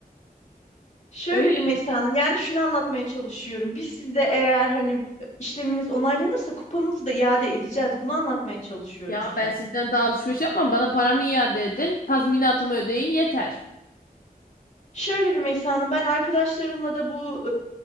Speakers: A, on the left (about 45°); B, on the left (about 65°).
A: Şöyle
B: Öyle
A: Rümeysa
B: mi?
A: Hanım, yani şunu anlatmaya çalışıyorum. Biz sizde eğer hani işleminiz onaylanırsa kupanızı da iade edeceğiz. Bunu anlatmaya çalışıyorum
B: ya
A: size.
B: ben sizden daha alışveriş yapmam. Bana paramı iade edin. Tazminatımı ödeyin yeter.
A: Şöyle Rümeysa Hanım, ben arkadaşlarımla da bu